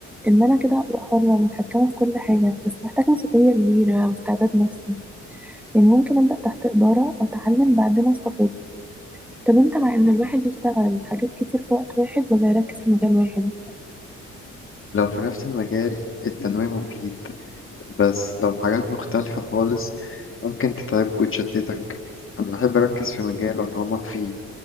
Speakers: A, in the centre; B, on the left (about 40°).
A: إن أنا كده هبقى حرة ومتحكمة في كل حاجة بس محتاجة مسؤولية كبيرة واستعداد نفسي يعني ممكن أبدأ تحت إدارة وأتعلم بعدين أستقل طب أنت مع إن الواحد يشتغل حاجات كتير في وقت واحد ولا يركز في مجال واحد؟
B: لو في نفس المجال التنويع مفيد بس لو حاجات مختلفة خالص ممكن تتعب وتشتتك أنا بحب أركز في مجال وأتعمق فيه